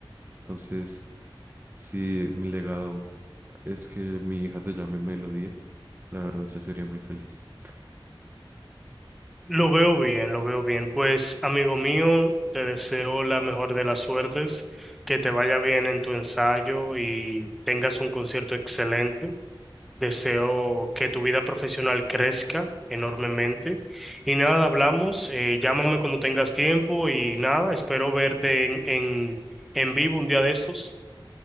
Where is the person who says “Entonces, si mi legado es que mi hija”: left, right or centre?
Right